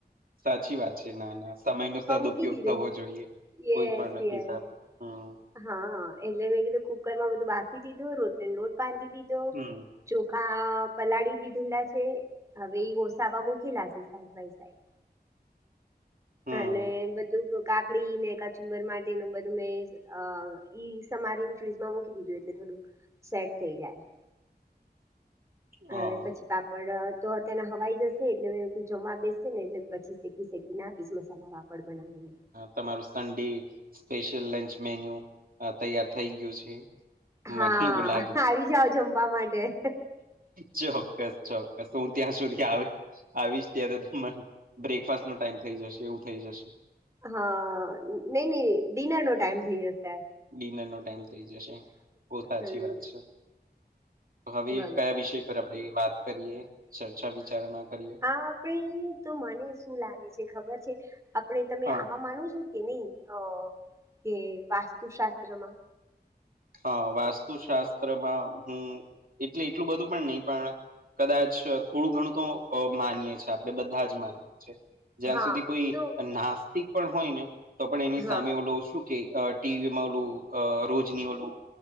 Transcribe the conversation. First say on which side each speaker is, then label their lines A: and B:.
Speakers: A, on the right; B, on the right.
A: સાચી વાત છે ના ના સમય નો સદઉપયોગ
B: મૂકી દીધું
A: થવો જોઈએ
B: યસ
A: કોઈ પણ
B: યસ
A: હીસાબ હમ્મ
B: હા એટલે મેં કીધું કુકર માં બધું બાફી દીધું રોટલી લોટ બાંધી દીધો
A: હમ
B: ચોખા પલાળી દીધેલા છે હવે ઓસાવા મૂકી નાખીસ સાઈડ બાય સાઈડ
A: હમ
B: અને બધું કાકડી ને કચુંબર માટે તેનું બધું મેં ઈ સમારીને ફ્રીજમાં મૂકી દીધું એટલે થોડું સેટ થઈ જાય હ
A: હા
B: પછી પાપ પાપડ તો તને હવાઈ જશે એટલે મે જમવા બેસે ને એટલે પછી શેકી શેકીને આપીશ મસાલા વા પડ નહી
A: તમારું સડે સ્પેશિયલ લંચ મેન્યુ તૈયાર થઈ ગયું છે
B: હા
A: મને એવું લાગે
B: આવી જાઓ જમવા માટે
A: છે ચોક્કસ ચોક્કસ હું ત્યાં સુધી આવી આવીશ ત્યાં તો તમારે બ્રેકફાસ્ટ નો ટાઈમ થઈ જશે એવું થઈ જશે
B: હા નઈ નઈ ડિનર નો ટાઈમ થઇ જશે
A: ડિનર નો ટાઈમ થઈ જશે બો સાચી
B: હમ
A: વાત છે. હવે
B: બોલો
A: કયા વિષય પર આપડે વાત કરીએ ચર્ચા વિચારણા કરીએ
B: હા આપે તો મને શું લાગે છે ખબર છે આપણે તમે
A: હા
B: આમા માનો છો એ ની અ કે વાસ્તુશાસ્ત્રમાં
A: હા વાસ્તુશાસ્ત્રમાં હું એટલે એટલુ બધુ પણ નહી પણ કદાચ થોડું ઘણું તો અ માનીએ છીએ આપણેે બધા જ માનીએ છીએ જ્યાં
B: હા
A: સુધી કોઈ
B: તો
A: નાસ્તિક પણ હોય ને તો પણ એની
B: હા
A: સામે ઓલો શું કે અ ટીવી માં ઓલુ અ રોજની ઓલુ